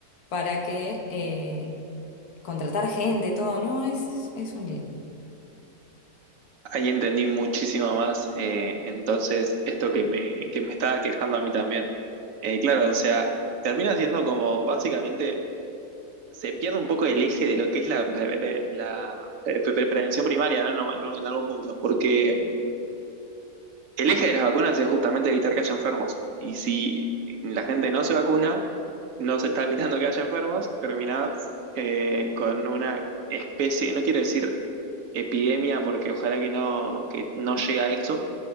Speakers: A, on the left; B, on the right.
A: para que eh, contratar gente, todo, ¿no? Es, es un lío.
B: Ahí entendí muchísimo más, eh, entonces, esto que me, que me estaba quejando a mí también. Eh, claro, o sea, termina siendo como básicamente se pierde un poco el eje de lo que es la, pre- pre- la, eh, pre- pre- prevención primaria, ¿no? No- no- en algún punto, porque El eje de las vacunas es justamente evitar que haya enfermos. Y si la gente no se vacuna, no se está evitando que haya enfermos, terminás eh, con una especie, no quiero decir epidemia porque ojalá que no, que no llegue a eso,